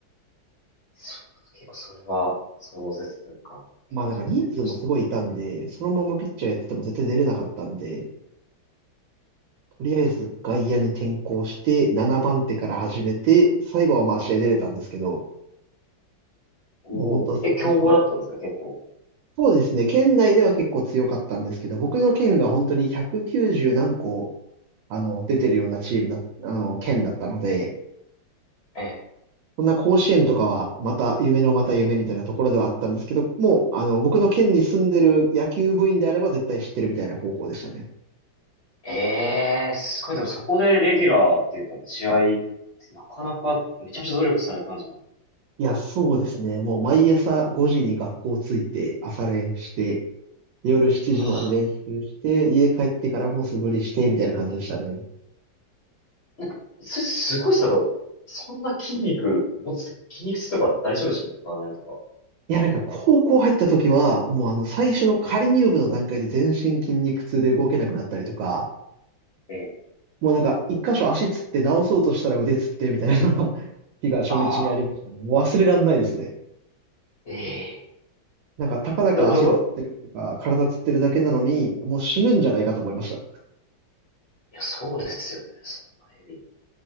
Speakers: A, on the left (about 40°); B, on the right (about 80°).
A: そう、結構それは壮絶というか、結構大変でしたね。
B: まあなんか人数もすごいいたんで、そのままピッチャーやってても絶対出れなかったんで、とりあえず外野に転向して、7番手から始めて、最後はまあ試合出れたんですけど、
A: おお、
B: もう本当最初は、
A: え、強豪だったんですか、結構。
B: そうですね、県内では結構強かったんですけど、僕の県が本当に190何個、あの、出てるようなチームだ、あの、県だったので、
A: え
B: そんな甲子園とかはまた夢のまた夢みたいなところではあったんですけど、もう、あの、僕の県に住んでる野球部員であれば絶対知ってるみたいな高校でしたね。
A: ー、えー、すごい、でもそこでレギュラーっていうか、試合、なかなかめちゃめちゃ努力されたんじゃない
B: いや、そうですね。もう毎朝5時に学校着いて朝練して、で夜7時まで練習して、
A: はあ
B: 家帰ってからも素振りして、みたいな感じでしたね。
A: なんか、それすごいですね。なんか、そんな筋肉持つって、筋肉痛とか大丈夫でしょ肉離れとか。
B: いや、なんか高校入った時は、もうあの最初の仮入部の段階で全身筋肉痛で動けなくなったりとか、
A: ええ。
B: もうなんか一箇所足つって直そうとしたら腕つってみたいな <laughs> 日が初日にありましたね。
A: ああ、
B: もう忘れらんないですね。
A: ええ。
B: なんかたかだか足つってるとか体つってるだけなのに、
A: ど、どんどん。
B: もう死ぬんじゃないかと思いました。
A: いや、そうですよね。そんなヘビー。